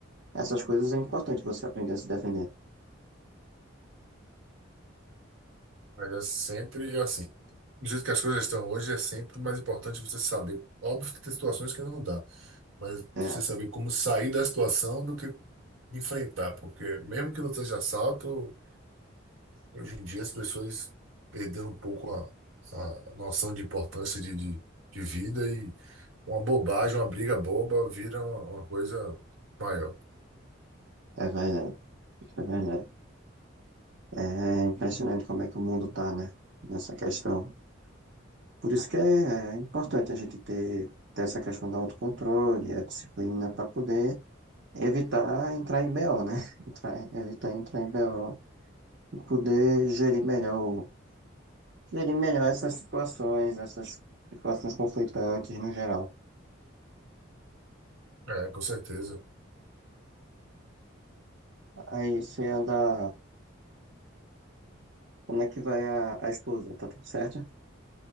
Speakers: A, on the right; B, on the right.
A: Essas coisas é importante você aprender a se defender.
B: Mas é sempre, eu, assim, do jeito que as coisas estão hoje, é sempre mais importante você saber. Óbvio que tem situações que não dá, mas
A: É,
B: você saber como sair da situação do que enfrentar, porque mesmo que não seja assalto, hoje em dia as pessoas perderam um pouco a, a noção de importância de, de, de vida e uma bobagem, uma briga boba vira uma, uma coisa maior.
A: é verdade, é verdade. É impressionante como é que o mundo tá, né? Nessa questão. Por isso que é, é importante a gente ter, ter essa questão do autocontrole, a disciplina para poder evitar entrar em BO, né? <laughs> Entrar- evitar entrar em BO e poder gerir melhor, gerir melhor essas situações, essas situações conflitantes no geral.
B: É, com certeza.
A: Aí você anda. Como é que vai a, a esposa? Tá tudo certo?